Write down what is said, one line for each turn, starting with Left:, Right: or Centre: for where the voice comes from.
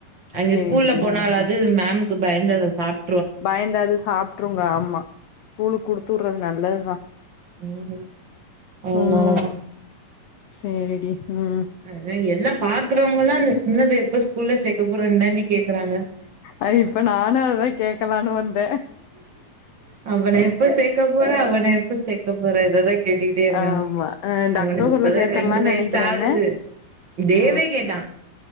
Right: அங்க
Left: சேரிடி
Right: ஸ்கூல்ல போனாலாவ்து மேமுக்கு பயந்து அத சாப்
Left: பயந்தாது சாப்ட்ருங்க ஆமா ஸ்கூலுக் குடுத்து உட்றது நல்லத் தா
Right: ம் ம் அதுனால
Left: ம்
Right: தா
Left: சேரிடி ம்
Right: அதா எல்லா பாக்கறவுங்கல்லா அந்த சின்னத எப்ப ஸ்கூல்ல சேக்க போறன் தாண்டி கேக்கறாங்க
Left: அடி இப்ப நானு அதுதா கேக்கலான்னு வந்த
Right: அவன எப்ப சேக்க போற அவன எப்ப சேக்க போற இத தா கேட்டுகிட் டே இருக்கா
Left: ஆமா அ இந்த
Right: அவனுக்கு
Left: அக்டோபர்ல
Right: இப்பதா
Left: சேத்தர்லான்னு
Right: ரெண்டு வயசாகுது
Left: நெனைக்கிறே என்ன
Right: தேவே
Left: அ
Right: கேட்டா